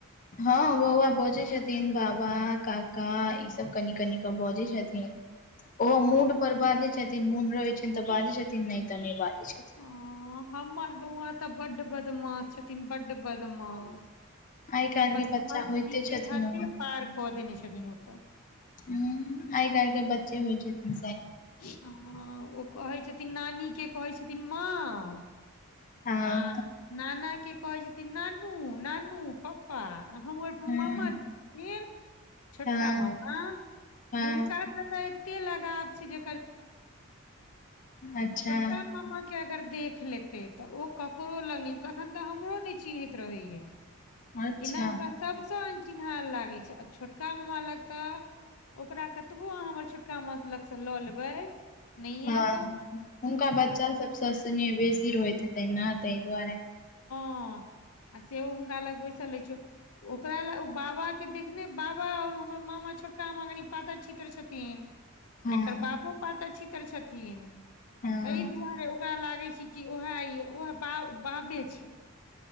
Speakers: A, on the left; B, on the left.
A: हँ बौआ बजै छथिन बाबा काका ईसभ कनि कनि कऽ बजै छथिन ओहो मूडपर बाजै छथिन मोन रहै छनि तऽ बाजै छथिन नहि तऽ नहि बाजै छथिन
B: हँ हमर बौआ तऽ बड्ड बदमास छथिन बड बदमास
A: आइ
B: एकटा
A: काल्हि
B: बदमासी
A: के बच्चा होइते
B: के
A: छथिन
B: हदे पार क देने छथिन ओ तऽ
A: ह आइ काल्ह के बच्चे होइ छै तन
B: हँ ओ कहै छथिन नानीके कहै छथिन माँ
A: हँ
B: आ नाना के कहै छथिन नानू नानू पप्पा हमर
A: हूँ
B: मामा छथिन छोटका
A: हँ
B: मामा
A: हँ
B: हुनका द ता एते लगाव छै जे
A: अच्छा
B: छोटका मामा के अगर देख लेतै तऽ ओ ककरो ल तखन तऽ हमरो नइ चिन्हयत रहैया
A: अच्छा
B: ऐना ओकरा सब सँ चिन्ह लागे छै आ छोटका मामा लगता ओकरा कतबो अह हमर छ काम लंग स लौ लेबै नय
A: हँ
B: ऐत ओ
A: हुनका बच्चा सभ स सेनेह बेसी रहैत हेतै ने तहि दुआरे
B: हँ आ से ओ हम ग अलग बैसा लै छ ओकरा लए ओ बाबा के देखने बाबा और हमर मामा छोटका मामा कनि पातर छितर छथिन
A: हँ
B: एकर बापो पातार छी पातर छथिन
A: हँ
B: कहि दआे ओकरा लागै छै कि ओहह बाब बाबे छथि